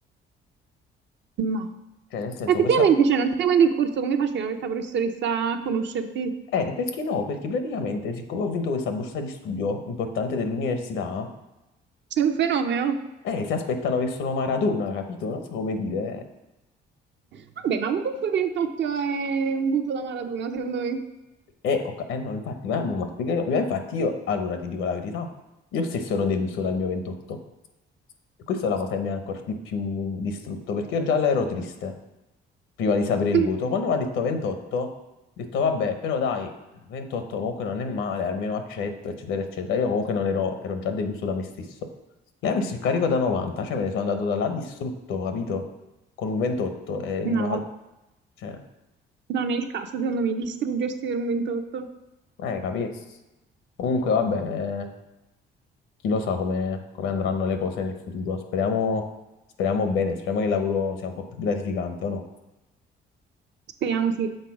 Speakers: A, on the right; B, on the left.
A: ma
B: Cioè, nel senso,
A: effettivamente,
B: questa...
A: cioè, non seguendo il corso, come faceva questa professoressa a conoscerti?
B: Eh, perché no? Perché praticamente, siccome ho vinto questa borsa di studio importante dell'università,
A: Sei un fenomeno.
B: eh, si aspettano che sono Maradona, capito? Non so come dire.
A: Vabbè, ma comunque 28 è un butto da Maradona, secondo me.
B: Eh, ho ca- eh, no, infatti, ma, ma perché- ma infatti io, allora ti dico la verità, io stesso ero deluso dal mio 28. E questa è la cosa che mi ha ancora di più distrutto, perché io già ero triste prima di sapere il
A: <clears throat>
B: voto.
A: <laughs>
B: Quando mi ha detto 28, ho detto vabbè, però dai, 28 comunque non è male, almeno accetto, eccetera, eccetera. Io comunque non ero, ero già deluso da me stesso. Lei ha messo il carico da 90, cioè me ne sono andato da là distrutto, capito? Con un 28, e
A: No,
B: non ha- cioè,
A: non è il caso, secondo me, distruggersi per un 28.
B: eh, capì? Comunque, vabbè, eh, chi lo sa come, come andranno le cose nel futuro. Speriamo, speriamo bene, speriamo che il lavoro sia un po' più gratificante, o no?
A: Speriamo sì.